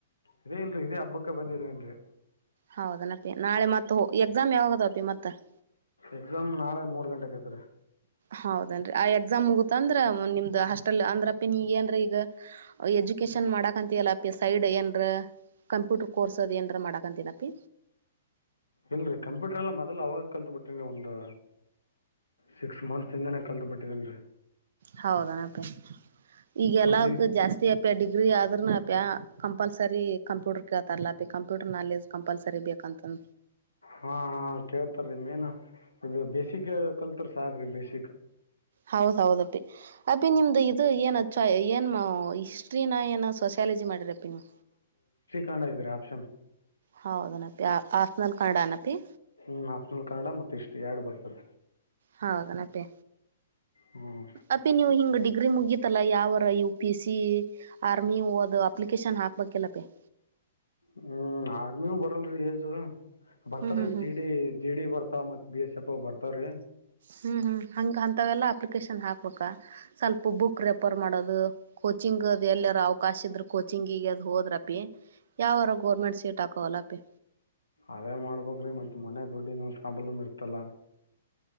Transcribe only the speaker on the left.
ಇದೇ ಇಲ್ರಿ ಇದೇ ಹಬ್ಬಕ್ಕ ಬಂದಿದೇನ್ರಿ
ಎಕ್ಸಾಮ್ ನಾಳೆ ಮೂರ್ ಗಂಟೆಕತ್ರಿ
ಇಲ್ರರಿ ಕಂಪ್ಯೂಟರ್ ಎಲ್ಲಾ ಮೊದಲ್ಲು ಅವಾಗ ಕಲ್ತ್ ಬಿಟ್ರಿರಿ ಒಂದು ಸಿಕ್ಸ್ ಮಂತ್ಸ್ ತಿಂದಾನೇ ಕಲ್ತ್ ಬಿಟ್ಟಿದೇನ್ರಿ
ಮತ್ತು ನೀವು
ಹಾ ಹಾ ಕೇಳ್ತಾರೀ ಮೇನ್ ಇ ಬೇಸಕ್ ಕಲ್ತರ್ ಸಾಕ್ರಿ ಬೇಸ
ಕಾಣ ಇದ್ರೆ ಆಪ್ಷನ್
ಹ್ಮ್ ನಪ್ನಲ್ ಕನ್ನಡ ಮತ್ ಇಷ್ಟು ಎರಡು ಬರ್ತಾರ
ಹ್ಞೂ
ಹ ಹ್ಮ್ ಆರ್ಮಿು ಬರಲ್ರಿ ಯಏಜು ಬರ್ತಾರೀ
ಜಿ ಡಿ ಜಿ ಡಿ ಬರ್ತ ಮತ್ ಬಿ ಎಸ್ ಎಫ್್ ಬರ್ತವ್ರೀ
ಅೇ ಮಾಡ್ಬೇ್ರಿ ಮತ್ತತ್ ಮನೆ ದುಡ್ಡಿನ ಪ್ರಾಬ್ಲಮ್ ಇರ್ತಲ್ಲ